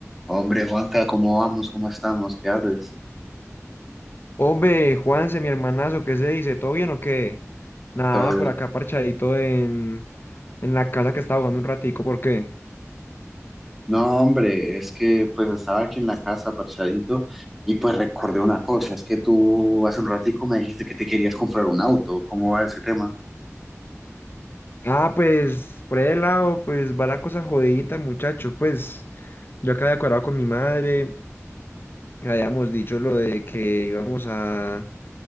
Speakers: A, in the centre; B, on the left.
A: Hombre, Juanca, ¿cómo vamos? ¿Cómo estamos? ¿Qué haces?
B: Hombre, Juanse, mi hermanazo, ¿qué se dice? ¿Todo bien o qué? Nada,
A: Todo-
B: por acá parchadito en, en la casa que estaba jugando un ratico, ¿por qué?
A: No, hombre, es que pues estaba aquí en la casa parchadito y pues recordé una cosa, es que tú hace un ratico me dijiste que te querías comprar un auto, ¿cómo va ese tema?
B: Ah, pues, por el lado, pues va la cosa jodidita, muchacho. Pues, yo acá de acuerdo con mi madre, que habíamos dicho lo de que íbamos a,